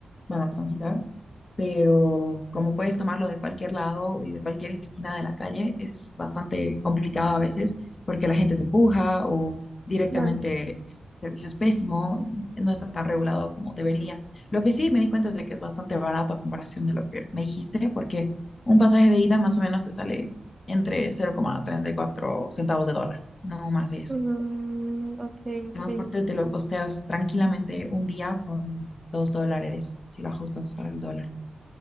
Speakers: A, on the left; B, on the right.
A: van a transitar, pero como puedes tomarlo de cualquier lado y de cualquier esquina de la calle, es bastante complicado a veces porque la gente te empuja o directamente
B: claro.
A: el servicio es pésimo y no está tan regulado como debería. Lo que sí me di cuenta es de que es bastante barato a comparación de lo que me dijiste, porque un pasaje de ida más o menos te sale entre cero coma treinta y cuatro centavos de dólar, no más de eso
B: Mm, ok, ok.
A: transporte te lo costeas tranquilamente un día con dos dólares, si lo ajustas al dólar.